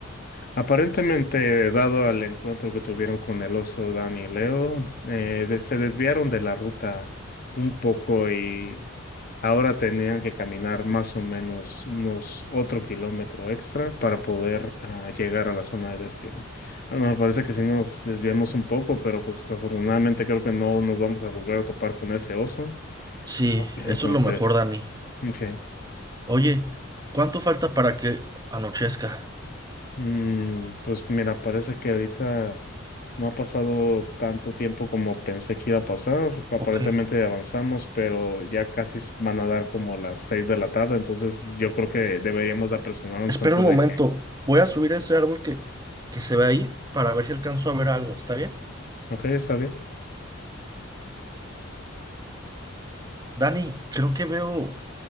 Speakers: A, on the left (about 45°); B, on the right (about 20°).
A: Aparentemente, dado al encuentro que tuvieron con el oso Dan y Leo, eh, de- se desviaron de la ruta un poco y ahora tenían que caminar más o menos unos otro kilómetro extra para poder ah, llegar a la zona de destino. Bueno, me parece que sí nos desviamos un poco, pero pues afortunadamente creo que no nos vamos a volver a topar con ese oso.
B: Sí,
A: Entonces,
B: eso es lo mejor, Dani.
A: ok.
B: Oye, ¿cuánto falta para que anochezca?
A: Mm, pues mira, parece que ahorita. No ha pasado tanto tiempo como pensé que iba a pasar. Aparentemente
B: Ok.
A: avanzamos, pero ya casi s- van a dar como las seis de la tarde, entonces yo creo que deberíamos de apresurarnos
B: Espera
A: antes
B: un momento.
A: de que...
B: Voy a subir ese árbol que, que se ve ahí para ver si alcanzo a ver algo. ¿Está bien?
A: Ok, está bien.
B: Dani, creo que veo...